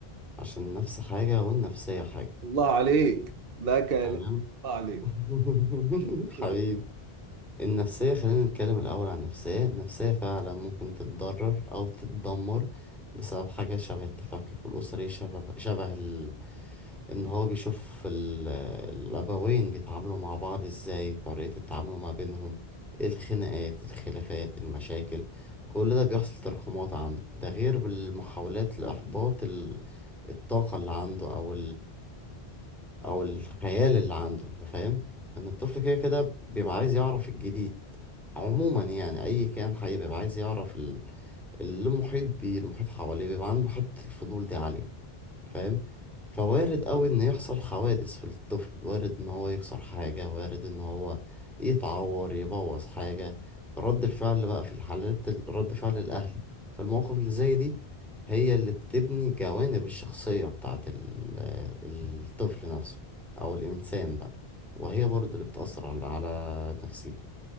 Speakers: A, in the centre; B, on the right.
A: عشان النفس حاجة والنفسية حاجة
B: الله عليك ده كلام
A: تمام
B: الله عليك
A: <laughs>
B: <laughs>
A: حبيبي النفسية خلينا نتكلم الأول عن النفسية النفسية فعلا ممكن تتضرر أو تتدمر بسبب حاجة شبه التفكك الأسري شبه شبه ال... إن هو بيشوف ال... الأبوين بيتعاملوا مع بعض إزاي طريقة التعامل ما بينهم الخناقات الخلافات المشاكل كل ده بيحصل تراكمات عنده ده غير بالمحاولات لإحباط ال... الطاقة اللي عنده أو او الخيال اللي عنده انت فاهم ان الطفل كده كده بيبقى عايز يعرف الجديد عموما يعني اي كائن حي بيبقى عايز يعرف ال- اللي محيط بيه المحيط حواليه بيبقى عنده حتة الفضول دي عالية فاهم فوارد قوي ان يحصل حوادث في الطفل وارد ان هو يكسر حاجة وارد ان هو يتعور يبوظ حاجة رد الفعل بقى في الحالات ال- رد فعل الاهل فالمواقف اللي زي دي هي اللي بتبني جوانب الشخصية بتاعت ال- الطفل نفسه او الانسان بقى وهي برضه اللي بتأثر على على نفسيته